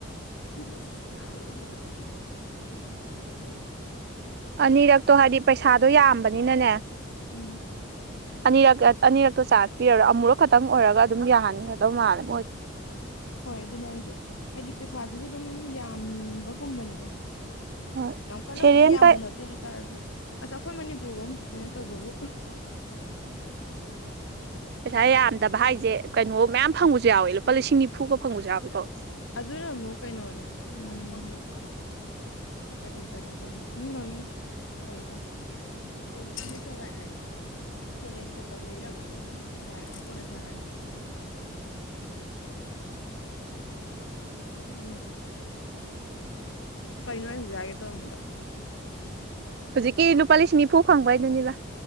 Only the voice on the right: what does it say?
ꯑꯅꯤꯔꯛꯇꯣ ꯍꯥꯏꯗꯤ ꯄꯩꯁꯥꯗꯣ ꯌꯥꯝꯕꯅꯤꯅꯅꯦ
ꯑꯅꯤꯔꯛ ꯑꯅꯤꯔꯛꯇꯣ ꯆꯥꯟꯁ ꯄꯤꯔꯔꯣꯏ ꯑꯃꯨꯔꯛ ꯈꯛꯇꯪ ꯑꯣꯏꯔꯒ ꯑꯗꯨꯝ ꯌꯥꯍꯟꯒꯗꯧ ꯃꯥꯜꯂꯦ ꯃꯣꯏꯗꫭ
ꯍꯣꯏ
ꯁꯦꯔꯦꯟ
ꯀ
ꯄꯩꯁꯥ ꯌꯥꯝꯗꯕ ꯍꯥꯏꯁꯦ ꯀꯩꯅꯣ ꯃꯌꯥꯝ ꯐꯪꯕꯁꯨ ꯌꯥꯎꯋꯦ ꯂꯨꯄꯥ ꯂꯤꯁꯤꯡ ꯅꯤꯐꯨꯒ ꯐꯪꯕꯁꯨ ꯌꯥꯎꯋꯦꯀꯣ
ꯍꯧꯖꯤꯛꯀꯤ ꯂꯨꯄꯥ ꯂꯤꯁꯤꯡ ꯅꯤꯐꯨ ꯐꯪꯕꯩ ꯗꯨꯅꯤꯕ